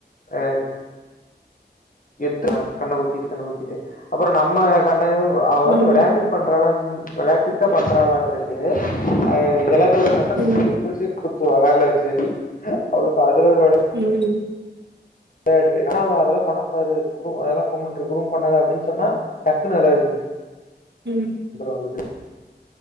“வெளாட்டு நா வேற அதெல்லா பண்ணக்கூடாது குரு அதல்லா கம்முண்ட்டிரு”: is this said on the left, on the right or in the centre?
Left